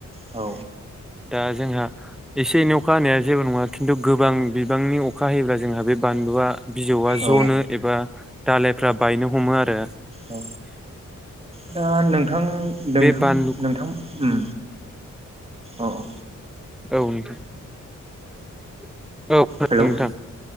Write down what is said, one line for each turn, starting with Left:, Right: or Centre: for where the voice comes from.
Right: औ
Centre: दा जोंहा एसे एनै अखा हानाया जेबो नङा खिन्थु गोबां बिबांनि अखा हायोब्ला जोंहा बे बानलुआ बिजौआ जनो
Right: औ
Centre: एबा दालायफ्रा बायनो हमो आरो
Right: औ दा नोंथां नोंथां
Centre: बे बानलु
Right: नोंथां उम अ अ
Centre: औ नोंथां <inaudible> औ
Right: हेलौ
Centre: नोंथां